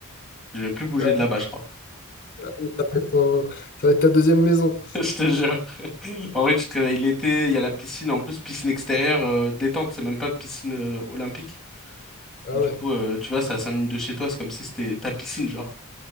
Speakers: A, in the centre; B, on the left.
A: Je vais plus bouger
B: euh,
A: de là-bas, je crois.
B: ça va être ton- ça va être ta deuxième maison.
A: <laughs> Je te jure. <laughs> En vrai, tu te réveilles l'été, il y a la piscine, en plus, piscine extérieure, euh, détente, c'est même pas piscine euh, olympique.
B: Ah
A: Du
B: ouais.
A: coup, euh, tu vois, c'est à 5 minutes de chez toi, c'est comme si c'était ta piscine, genre.